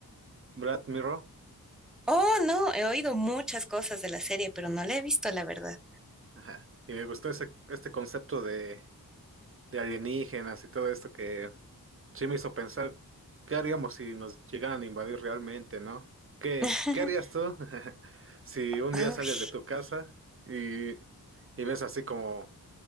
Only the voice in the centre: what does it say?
Oh, no, he oído muchas cosas de la serie, pero no la he visto, la verdad.
<laughs>
Uy,